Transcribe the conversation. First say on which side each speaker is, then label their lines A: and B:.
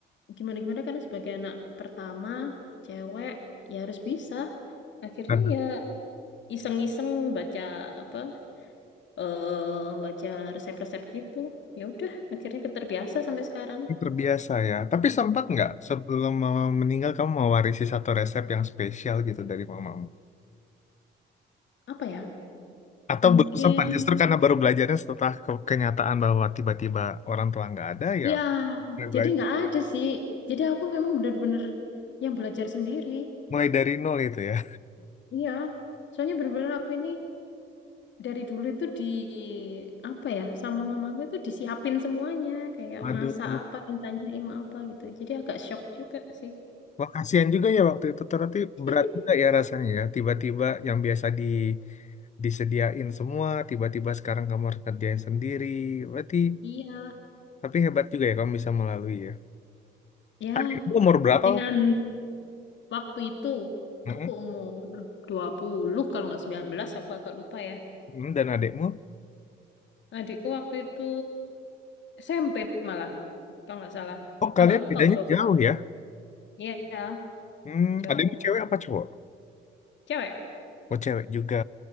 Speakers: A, on the left; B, on the left.
A: gimana gimana karena sebagai anak pertama cewek ya harus bisa akhirnya
B: Karena
A: ya iseng-iseng baca apa eh baca resep-resep gitu ya udah akhirnya keterbiasa sampai sekarang
B: terbiasa ya. Tapi sempat nggak sebelum mama meninggal kamu mewarisi satu resep yang spesial gitu dari mamamu?
A: apa ya
B: Atau
A: mungkin
B: belum sempat justru karena baru belajarnya setelah ke- kenyataan bahwa tiba-tiba orang tua nggak ada ya
A: ya
B: mulai
A: jadi
B: belajar.
A: nggak ada sih jadi aku memang benar-benar yang belajar sendiri
B: Mulai dari nol itu ya.
A: iya soalnya benar-benar aku ini dari dulu itu di apa ya sama mamaku itu disiapin semuanya kayak
B: Aduh.
A: masak apa ditanya mau apa gitu jadi agak shock juga sih
B: Wah, kasihan juga ya waktu itu. Ternyata
A: <laughs>
B: berat juga ya rasanya ya. Tiba-tiba yang biasa di disediain semua, tiba-tiba sekarang kamu harus kerjain sendiri. Berarti,
A: iya
B: tapi hebat juga ya kamu bisa melalui ya.
A: ya
B: Adikmu umur berapa?
A: dengan waktu itu
B: Mm-mm.
A: aku umur 20 kalau nggak sembilan belas aku agak lupa ya
B: Mm, Dan adikmu?
A: adikku waktu itu SMP malah kalau nggak salah
B: Oh, kalian
A: agak lupa
B: bedanya
A: udah
B: jauh ya?
A: iya
B: Hmm,
A: jauh
B: adikmu cewek apa cowok?
A: cewek
B: Oh, cewek juga.